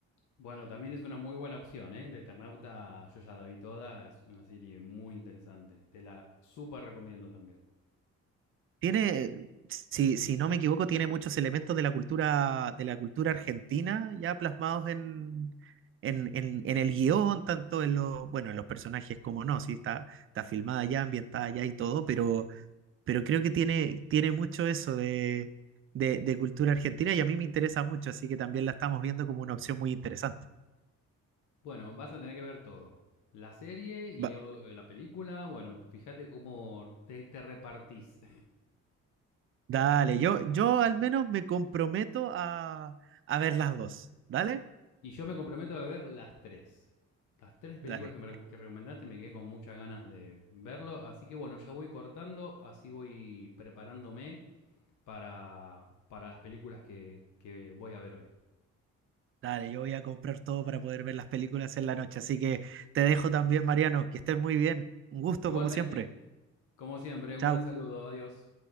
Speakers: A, on the left; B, on the right.
A: Bueno, también es una muy buena opción, ¿eh? El Eternauta, yo ya la vi toda, es una serie muy interesante. Te la súper recomiendo también.
B: Tiene, si, si no me equivoco, tiene muchos elementos de la cultura, de la cultura argentina ya plasmados en, en, en- en el guión, tanto en los, bueno, en los personajes como no, sí, está, está filmada ya, ambientada ya y todo, pero, pero creo que tiene, tiene mucho eso de, de, de cultura argentina y a mí me interesa mucho, así que también la estamos viendo como una opción muy interesante.
A: Bueno, vas a tener que ver todo. La serie y
B: Va-
A: la película, bueno, fíjate cómo te, te repartís
B: dale, yo, yo al menos me comprometo a, a ver las dos. Dale,
A: Y yo me comprometo a ver las tres. Las tres películas
B: dale.
A: que me que recomendaste me quedé con muchas ganas de verlo. Así que bueno, ya voy cortando, así voy preparándome para, para las películas que, que voy a ver hoy.
B: Dale, yo voy a comprar todo para poder ver las películas en la noche. Así que te dejo también, Mariano. Que estés muy bien. Un gusto
A: Igualmente,
B: como siempre.
A: como siempre, un
B: Chao.
A: gran saludo, adiós.